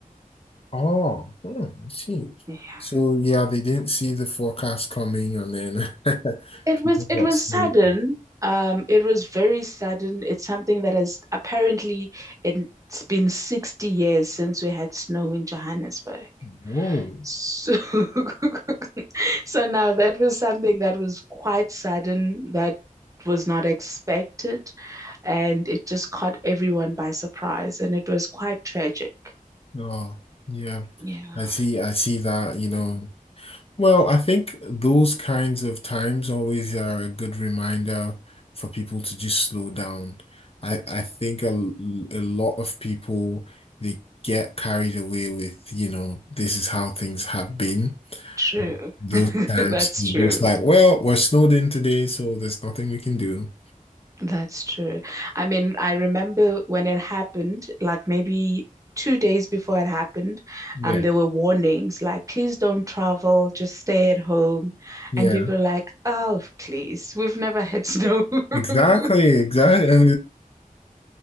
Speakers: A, on the left; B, on the right.
A: Oh, hmm, I see.
B: Yeah.
A: So yeah, they didn't see the forecast coming, and then <laughs>
B: It
A: people
B: was it
A: got
B: was
A: snowed.
B: sudden. Um, it was very sudden. It's something that has apparently it's been 60 years since we had snow in Johannesburg.
A: Whoa.
B: So, <laughs> so now that was something that was quite sudden, that was not expected, and it just caught everyone by surprise, and it was quite tragic.
A: Oh, yeah.
B: Yeah,
A: I see. I see that. You know, Well, I think those kinds of times always are a good reminder for people to just slow down. I, I think a, l- a lot of people, they get carried away with, you know, this is how things have been.
B: true.
A: Those
B: <laughs>
A: times
B: That's
A: you're
B: true.
A: just like, well, we're snowed in today, so there's nothing we can do.
B: That's true. I mean, I remember when it happened, like maybe two days before it happened,
A: Yeah,
B: um, there were warnings like, please don't travel, just stay at home.
A: yeah.
B: And people are like, oh, please, we've never had snow.
A: Exactly,
B: <laughs>
A: exactly.